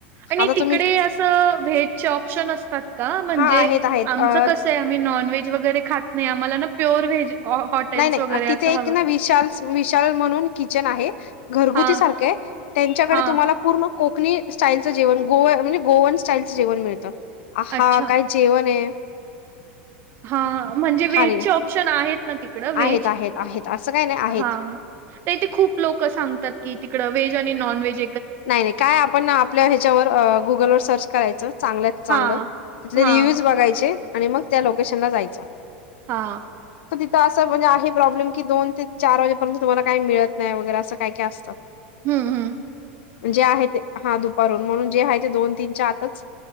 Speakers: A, on the right (about 35°); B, on the left (about 75°).
A: आणि
B: आता
A: तिकडे
B: तुम्ही
A: असं व्हेजचे ऑप्शन असतात. का म्हणजे
B: हा आहेत आहेत
A: आमचं
B: अ
A: कसं आहे आम्ही नॉनव्हेज वगैरे खात नाही आम्हाला ना प्युअर व्हेज हॉ हॉटेल्स
B: नाही नाही
A: वगैरे असं
B: तिथे एक
A: हवं.
B: ना विशाल विशाल म्हणून किचन आहे घरगुती
A: हां,
B: सारखं आहे. त्यांच्याकडे
A: हां.
B: तुम्हाला पूर्ण कोकणी स्टाईलचं जेवण गोव म्हणजे गोवन स्टाईलचं जेवण मिळतं. आंहा!
A: अच्छा.
B: काय जेवण हे.
A: हा म्हणजे व्हेजचे
B: भारी
A: ऑप्शन आहेत ना तिकडं व्हेज
B: आहेत आहेत आहेत असं काय नाही आहेत
A: हा इथे खूप लोक सांगतात की तिकड व्हेज आणि नॉन व्हेज
B: नाही नाही काय आपण आपल्या ह्याच्यावर गुगलवर सर्च करायचं चांगलं चांगलं
A: हां,
B: तिथले
A: हां,
B: रिव्ह्यूज बघायचे आणि मग त्या लोकेशन ला जायचं
A: हा
B: तर असं म्हणजे आहे प्रॉब्लेम की दोन ते चार वाजेपर्यंत तुम्हाला काही मिळत नाही वगैरे असं काही काय असतं.
A: हम्म हम्म
B: जे आहे ते हा दुपारून म्हणून जे आहे ते दोन तीनच्या आतच